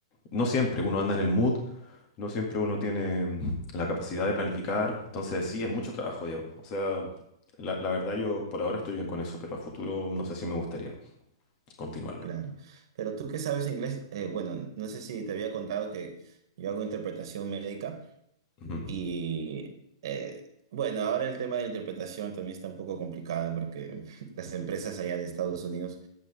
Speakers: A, on the left (about 30°); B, on the right (about 55°).
A: No siempre uno anda en el mood, no siempre uno tiene mm, la capacidad de planificar. Entonces, sí, es mucho trabajo, Diego. O sea, la, la verdad yo por ahora estoy bien con eso, pero a futuro no sé si me gustaría continuarlo.
B: Claro. Pero tú que sabes inglés, eh, bueno, no sé si te había contado que yo hago interpretación médica
A: Ujú.
B: y eh, bueno, ahora el tema de la interpretación también está un poco complicado porque <laughs> las empresas allá de Estados Unidos